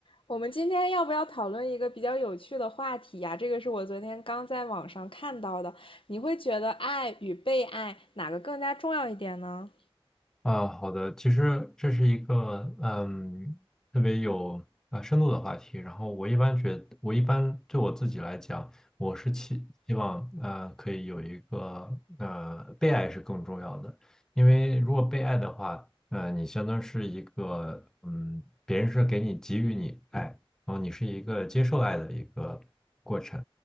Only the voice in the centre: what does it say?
啊，好的，其实这是一个嗯特别有啊深度的话题。然后我一般觉得我一般对我自己来讲，我是期希望呃可以有一个呃被爱是更重要的，因为如果被爱的话，呃你相当是一个嗯别人是给你给予你爱，然后你是一个接受爱的一个过程。